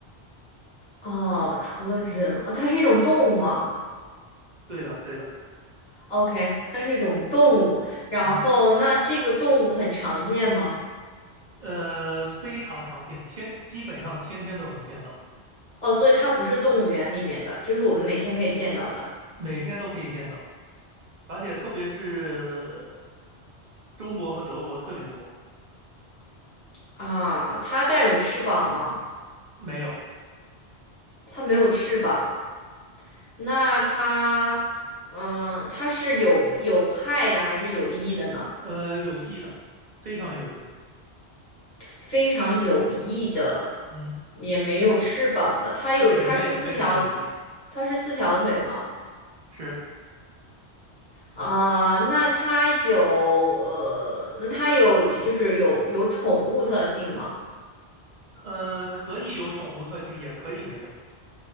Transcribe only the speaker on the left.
哦，除了人，哦，它是一种动物吗
？OK，它是一种动物。然后那这个动物很常见吗？
哦，所以它不是动物园里面的，就是我们每天可以见到的
啊。它带有翅膀吗？
它没有翅膀。那它，嗯，它是有有害的还是有益的呢？
非常有翼的，
也没有翅膀的。它有，
它是四条，它是四条腿吗？
啊、那它有呃，那它有就是有有宠物特性吗？